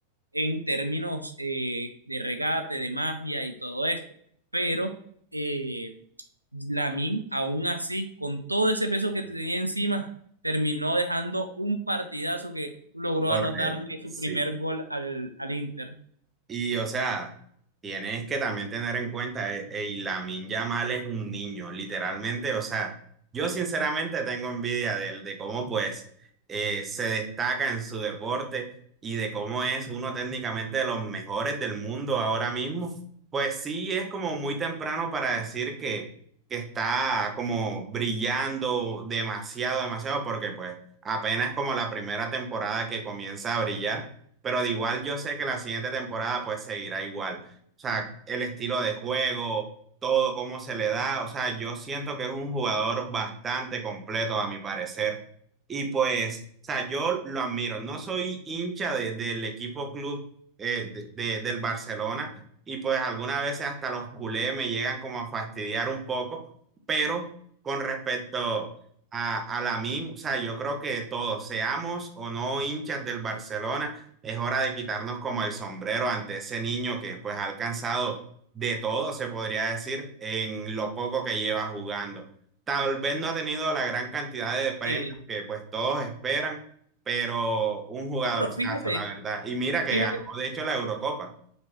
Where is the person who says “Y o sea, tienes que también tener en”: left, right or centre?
Right